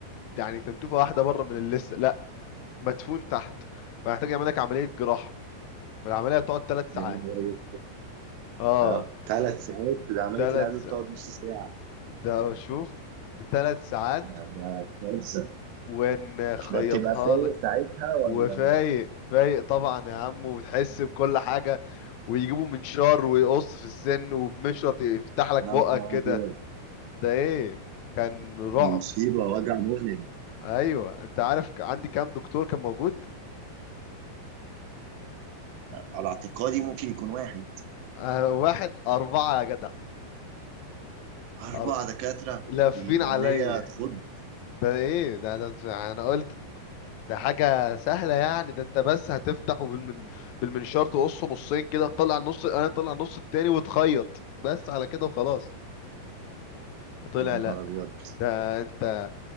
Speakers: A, on the left; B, on the right.
A: يعني تنتوفه واحده بره من اللسه لا مدفون تحت فهحتاج يعمل لك عمليه جراحه والعمليه هتقعد ثلاث
B: يعني
A: ساعات
B: هو
A: اه
B: آه، ثلاث ساعات ده عمليه
A: ثلاث
B: القلب
A: ساعات
B: بتقعد نص ساعه
A: ده شوف ثلاث ساعات
B: ده ده كارثه
A: ونخيطها
B: ده بتبقى فايق
A: لك
B: ساعتها ولا
A: وفايق فايق طبعا يا عم وتحس بكل حاجه ويجيبوا منشار ويقص في السن وبمشرط يفتح لك
B: يا
A: بقك
B: نهار
A: كده
B: ابيض
A: ده ايه كان رعب
B: دي مصيبه وجع مؤلم
A: ايوه انت عارف ك- عندي كام دكتور كان موجود
B: على اعتقادي ممكن يكون واحد
A: آه، واحد أربعة يا جدع
B: اربع
A: أر...
B: دكاتره
A: لافين
B: دي
A: عليا
B: عمليه تخض
A: ده ايه ده, ده ده- انا قلت ده حاجة سهلة يعني ده انت بس هتفتح وبالمن... بالمنشار تقصه نصين كده تطلع النص انا طلع النص التاني وتخيط بس على كده وخلاص طلع
B: يا نهار
A: لا
B: ابيض
A: ده انت